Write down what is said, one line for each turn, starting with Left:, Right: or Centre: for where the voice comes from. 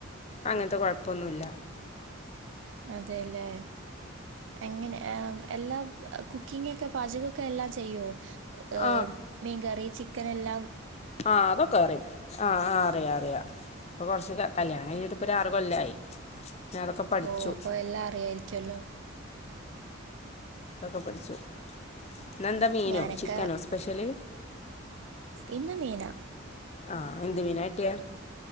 Left: അങ്ങനെ അങ്ങനത്ത കുഴപ്പൊന്നുമല്ല
Right: അതേല്ലേ എങ്ങനെ ഏഹ് എല്ലാം കുക്കിങ്ങൊക്കെ പാചകൊക്കെ എല്ലാം ചെയ്യോ ഹ്
Left: ആഹ്
Right: മീൻകറി ചിക് ക്കനെല്ലാം
Left: ആഹ് അതൊക്കെ അറിയും ആഹ് അറിയാ അറിയാ ഇപ്പൊ കൊറചൊക്കെ കല്യാണം കഴിഞ്ഞട്ട്പ്പൊര് ആറ് കൊല്ലായി ഞാൻ അതൊക്കെ പഠിച്ചു
Right: ഓ അപ്പൊ എല്ലാം അറിയായിരിക്കൊല്ലോ
Left: പൊക്കെ പഠിച്ചു ഇന്ന് എന്താ മീനോ
Right: ഞാനൊക്കെ
Left: ചിക്കനോ സ്പെഷ്യല്
Right: ഇന്ന് മീന
Left: ആ എന്ത് മീനാ കിട്ടിയ